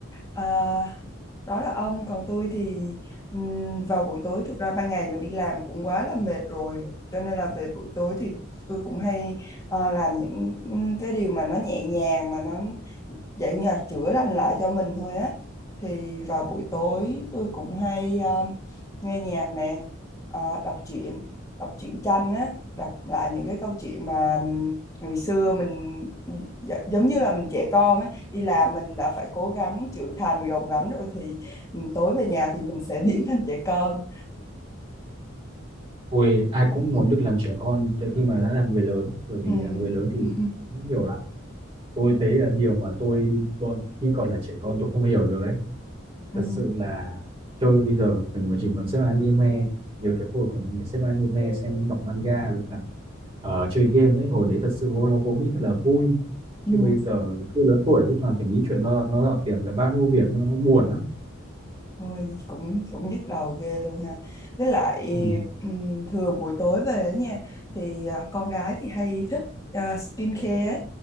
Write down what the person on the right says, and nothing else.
Ôi, ai cũng muốn được làm trẻ con tới khi mà đã làm người lớn bởi vì
làm người lớn thì
cũng nhiều lắm tôi đấy là điều mà tôi bọn- khi còn là trẻ con tôi không hiểu được đấy
thật sự là tôi bây giờ mình mà chỉ muốn xem anime nhiều cái hồi còn xem anime xem đọc manga với cả ờ, chơi game ấy hồi đấy thật sự vô lo vô nghĩ thật là vui
chứ bây giờ cứ lớn tuổi cứ toàn phải nghĩ chuyện lo nó gạo tiền về bao nhiêu việc nữa nó buồn lắm
ừ.